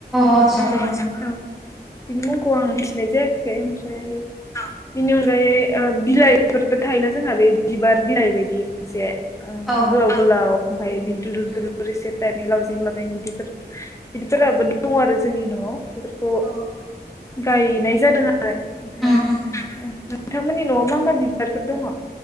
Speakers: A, in the centre; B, on the left.
A: आदसा
B: अ अ
A: औ
B: बिनि मुंखौ आं मिथिनाय जायाखै ओमफ्राय औ बिनि अनगायै बिलाइफोरबो थायोना जोंहा बे बिबार बिलाइ बायदि मोनसे ओ
A: औ
B: गोलाव
A: औ
B: गोलाव ओमफाय बिदि दुलुर
A: उम
B: दुलुर एसे टाइपनि लावजें लावजें बिदिफोर बिदिफोराबो दङ आरो जोंनि न'आव बेफोरखौ
A: औ
B: गायनाय जादों आरो ओमफाय
A: उम उम
B: औ नोंथांमोननि न'आव मा मा बिबारफोर दङ